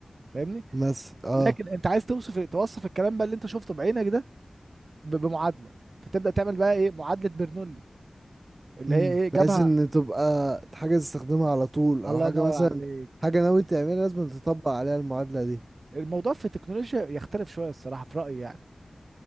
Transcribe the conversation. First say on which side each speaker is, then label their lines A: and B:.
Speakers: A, on the right (about 70°); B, on the right (about 50°).
A: فاهمني
B: مثلا اه
A: لكن انت عايز توصف توصف الكلام بقى اللي انت شفته بعينك ده ب- بمعادله فتبدا تعمل بقى ايه معادله برنولي اللي
B: امم
A: هي ايه جابها
B: بحيث ان تبقى حاجه تستخدمها على طول
A: الله
B: او حاجه
A: ينور
B: مثلا
A: عليك
B: حاجه ناوي تعملها لازم تطبق عليها المعادله دي
A: الموضوع في التكنولوجيا يختلف شويه الصراحه في رايي يعني